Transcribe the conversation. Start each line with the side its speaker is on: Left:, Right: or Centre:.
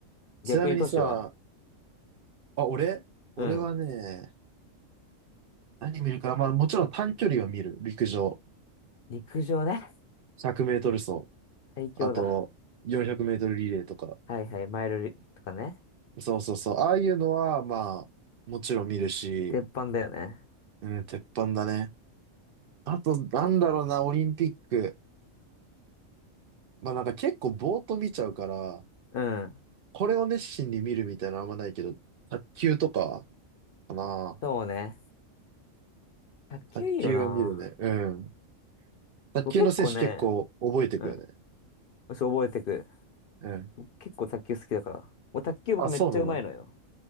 Right: ちなみにさ、
Left: 逆に都市は
Right: あ、俺俺はね、
Left: うん。
Right: 何見るかな、まあもちろん短距離を見る。陸上。
Left: 陸上ね。
Right: 100メートル走。
Left: 最強だ。
Right: あと、400メートルリレーとか。
Left: はいはい、マイルリとかね。
Right: そうそうそう。ああいうのは、まあ、もちろん見るし、
Left: 鉄板だよね。
Right: うん、鉄板だね。あと、なんだろうな、オリンピック。まあなんか結構ぼーっと見ちゃうから、
Left: うん。
Right: これを熱心に見るみたいなのあんまないけど、卓球とかかな。
Left: そうね。卓球いいよな。
Right: 卓球は見るね。うん。卓球の選手結構覚えてくよね。
Left: 僕結構ね、うん。そう覚えてく。
Right: うん。
Left: 結構卓球好きだから。もう卓球僕めっちゃうまいのよ。
Right: あ、そうなの